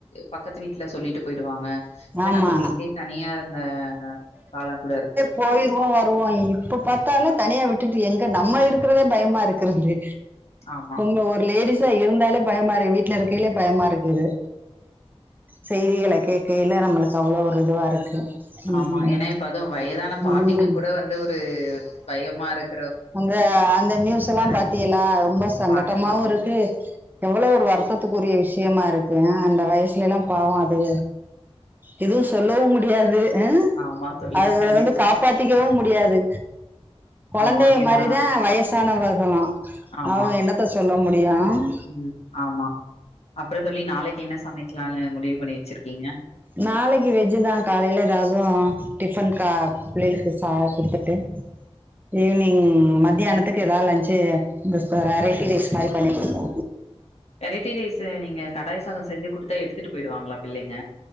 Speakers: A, on the left; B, on the right.
A: பக்கத்து வீட்டுல சொல்லிட்டு போயி்டுவாங்க இல்ல
B: ஆமா
A: நம்ப வீட்லயே தனியா இருந்த காலம் கூட இருக்கு
B: போயிருவோம் வருவோம் இப்ப பாத்தாலும் தனியா விட்டுட்டு எங்க நம்ம இருக்குறதே பயமா இருக்குறது
A: ஆமா,
B: இங்க ஒரு லேடிஸ் வீட்ல இருந்தாலே பயமா இருக்கு வீட்ல இருக்கேலே பயமா இருக்குது செய்திகள கேட்க கையில நம்மளுக்கு அவ்ளோவு ஒரு இதுவா இருக்கு
A: ஆமா
B: ம்
A: ஏனா இப்ப அதுவும் வயதான பாட்டிக்கு
B: ம்
A: கூட வந்து ஒரு பயமா இருக்கு
B: அங்க அந்த நியூஸ் எல்லாம் பாத்தீகளா
A: இருக்கு.
B: ரொம்ப சங்கட்டமாவு
A: பாத்தேன், பாத்தேன்.
B: இருக்கு எவ்வளோவு ஒரு வருத்தத்துக்குரிய விஷயமா இருக்கு அ அந்த வயசுல எல்லா பாவோம் அது எதுவும் சொல்லவும் முடியாது ம்
A: ஆமா தோழி,
B: அதுல
A: கண்டிப்பா.
B: வந்து காப்பாத்திக்கவும் முடியாது குழந்தைக
A: ஆமா. ஏன்னா
B: மாதிரிதான் வயசானவகளும்
A: ஆமா.
B: அவங்க என்னாத்த சொல்ல முடியோம் ம்
A: ம் ஆமா அப்றோ தோழி நாளைக்கு என்ன சமைக்கலான்னு முடிவு பண்ணி வச்சிருக்கீங்க
B: நாளைக்கு வெஜ்ஜுதான் காலையில ரசோம் டிஃபன்க்கு பிள்ளைகளுக்கு சா கொடுத்துட்டு ஈவினிங் மத்தியானத்துக்கு ஏதாது லன்சு வெரைட்டி ரைஸ் மாரி பண்ணி கொடுப்போ
A: வெரைட்டி ரைஸ்சு நீங்க கடாய் சாதோ செஞ்சு கொடுத்தா எடுத்துட்டு போயிடுவாங்களா பிள்ளைங்க